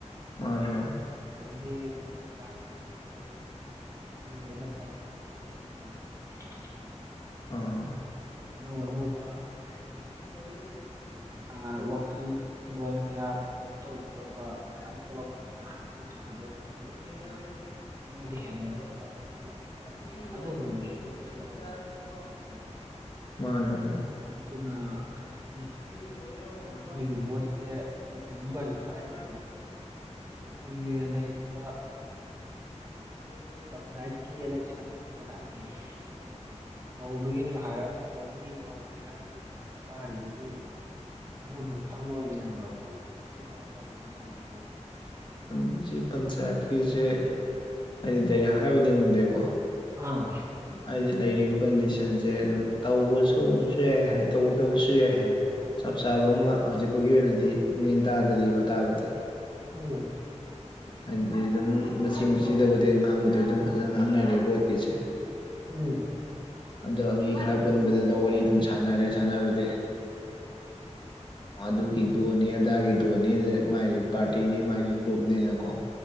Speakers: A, on the left; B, on the right.
A: ꯃꯥꯥꯅꯤ ꯃꯥꯅꯤ
B: ꯑꯗꯨꯗꯒꯤ ꯀꯨꯏꯔꯛꯄ ꯍꯥꯏꯕꯖꯤꯃꯨꯛ ꯇꯕꯨ ꯃꯤꯉꯩꯅ ꯄꯥꯝꯗꯕꯖꯨ ꯗꯨꯝ ꯍꯦꯟꯀꯠꯂꯛꯏ ꯅꯠꯇ꯭ꯔꯥ
A: ꯑꯥ
B: ꯑꯅꯧ ꯑꯅꯧꯕ ꯀꯩ ꯍꯥꯏꯅꯤ
A: <unintelligible>
B: ꯑꯥ ꯋꯥꯈꯜꯂꯣꯟ ꯀꯌꯥ ꯀꯩꯅꯣ ꯇꯧꯕ ꯈꯣꯠꯄ ꯃꯌꯥꯝ ꯊꯣꯂꯛꯄꯅꯤꯅ ꯗꯒꯤ ꯁꯨ ꯍꯩꯕ ꯃꯌꯥꯝ ꯊꯣꯛꯂꯛꯄꯅꯤꯅ
A: ꯕꯖꯦꯅꯔꯦꯁꯟ
B: ꯃꯣꯏꯗ
A: ꯀꯩꯅꯣ
B: ꯍꯦꯟꯅ
A: ꯇꯧꯔꯣ
B: ꯃꯇꯤꯛ ꯆꯥꯕ ꯃꯌꯥꯝ ꯊꯣꯛꯂꯛꯄꯅꯤꯅ
A: ꯃꯤ ꯑꯣꯢꯌꯨ
B: ꯑꯗꯨꯒꯨꯝꯕꯗ
A: ꯃꯤ
B: ꯄꯤꯅꯤꯡꯕꯁꯨ
A: ꯑꯃ ꯑꯣꯏꯗ꯭ꯔꯕ
B: ꯌꯥꯎꯔꯛꯑꯦꯕꯀꯣ
A: ꯇꯥꯔꯗꯤꯀꯣ
B: ꯅꯠꯇ꯭ꯔ ꯏꯌꯥꯝꯕ
A: ꯃꯥꯅꯦ ꯃꯥꯅꯦ
B: ꯑꯗꯨꯅ ꯀꯩ ꯍꯥꯏꯅꯤ
A: ꯃꯤ ꯑꯣꯏꯅꯕ
B: ꯑꯩꯈꯣꯏꯒꯤ
A: ꯍꯣꯠꯅꯧ ꯃꯤ
B: ꯚꯣꯠꯁꯦ
A: ꯑꯣꯏꯒꯦ
B: ꯑꯩꯈꯣꯏ ꯀꯩꯅꯣꯒꯥꯏꯁꯨ
A: ꯍꯨꯖꯤꯛꯇꯤ ꯃꯤꯌꯥꯝ
B: ꯍꯥꯏꯔꯤꯅꯦ ꯑꯩꯈꯣꯏꯒꯤ ꯂꯩꯔꯤꯕ
A: <unintelligible>
B: ꯆꯥꯢꯠꯀꯤ ꯏꯂꯦꯛꯁꯟ ꯍꯣꯢ ꯄ꯭ꯔꯙꯥꯟ ꯒꯨꯝꯕꯩꯗꯨꯁꯨ ꯇꯧꯕꯒꯤꯖꯨ ꯍꯥꯏꯔꯛ ꯇꯧꯅꯤ ꯇꯧꯔꯣꯏ ꯍꯥꯏꯕꯒꯤꯖꯨ ꯍꯥꯢꯔꯞ ꯇꯥꯔꯤ ꯗꯨꯅ ꯑꯗꯨꯕꯨ ꯈꯪꯕꯔꯣꯅꯦ ꯢꯌꯥꯝꯕꯥ ꯇꯧꯗꯣꯕ ꯖꯥꯠꯂꯣ ꯇꯧꯔꯣꯢꯗꯣꯕ ꯖꯥꯠꯂꯕꯣ ꯃꯣꯏꯖꯤꯕꯣ
A: ꯑꯟꯖꯤ ꯄꯟꯆꯥꯌꯠꯀꯤꯖꯦ ꯑꯩꯗꯤ ꯗꯥꯏꯔꯦꯛ ꯍꯥꯏꯕꯗꯤ ꯉꯝꯗꯦꯒꯣ
B: ꯑꯥ
A: ꯍꯥꯏꯗꯤ ꯂꯩꯔꯤꯕ ꯀꯟꯗꯤꯁꯟꯖꯦ ꯑꯗꯨꯝ ꯇꯧꯕꯁꯨ ꯑꯃꯨꯛꯁꯨ ꯌꯥꯏ ꯍꯥꯏ ꯇꯧꯗꯕꯁꯨ ꯌꯥꯏ ꯍꯥꯏ ꯆꯞ ꯆꯥꯕ ꯑꯃꯒ ꯍꯧꯖꯤꯛꯐꯥꯎꯒꯤ ꯑꯣꯏꯅꯗꯤ ꯃꯦꯟ ꯇꯥꯗꯔꯤꯕ ꯇꯥꯕꯗꯤ
B: ꯎꯝ
A: ꯍꯥꯏꯗꯤ ꯗꯨꯝ ꯃꯆꯤ ꯃꯆꯤꯗꯕꯨꯗꯤ ꯉꯥꯡꯕꯗꯤ ꯑꯗꯨꯝ ꯐꯖꯅ ꯉꯥꯡꯅꯔꯦ ꯕꯣꯠꯀꯤꯖꯦ
B: ꯎꯝ
A: ꯑꯗꯣ ꯃꯤ ꯈꯔ ꯄꯨꯟꯕꯗ ꯗꯨꯝ ꯋꯥꯔꯤ ꯗꯨꯝ ꯁꯥꯟꯅꯔꯦ ꯁꯥꯟꯅꯕꯗꯤ
B: <inaudible>
A: ꯑꯗꯨꯒꯤ ꯗꯣꯟꯅꯤ ꯑꯗꯥꯒꯤ ꯗꯣꯟꯅꯤ ꯑꯗ ꯃꯥꯒꯤ ꯄꯥꯔꯇꯤꯅꯤ ꯃꯥꯒꯤ ꯒ꯭ꯔꯨꯞꯅꯤꯅꯀꯣ